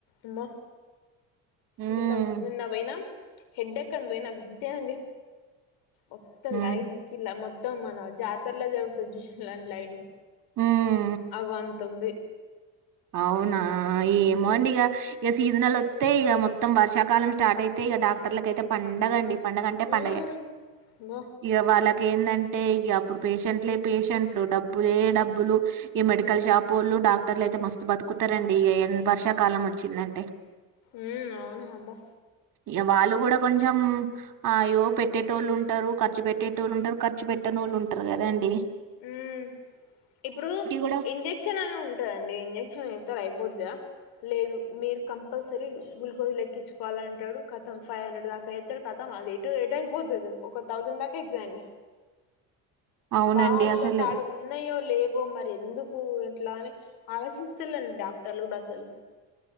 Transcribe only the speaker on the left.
అమ్మో
నిన్న నిన్న పోయినా హెడ్డ ఎ కం పోయి నా గంత అండి ఒకత్త
లైన్ క మొ మత్తం మన జాతరలా జరుగుతుంది చ్యూషన్ లా లైన్
అగో అంత ఉంది
మ్మ్ అమ్మో
ఉమ్ అవును అమ్మ
ఉమ్ ఇప్పుడు
ఇంజెక్షన్ అని ఉంటాందండి ఇంజెక్షన్ అస్తారు అయిపోద్దా లేదు మీరు కంపల్సరీ గ్లుకోజ్ లెక్కించుకోవాలి అంటాడు కథం ఫైవ్ హండ్రెడ్ దాకా ఎస్తాడు కథం అది ఎటు ఎటు అయిపోతుంది ఒక థౌజండ్ దాకా ఐతదండి
వాళ్ళు
కాడా ఉన్నాయో లేవో మరి ఎందుకు ఇట్లా అని ఆలోచిస్తలేండి డాక్టర్లు అసలు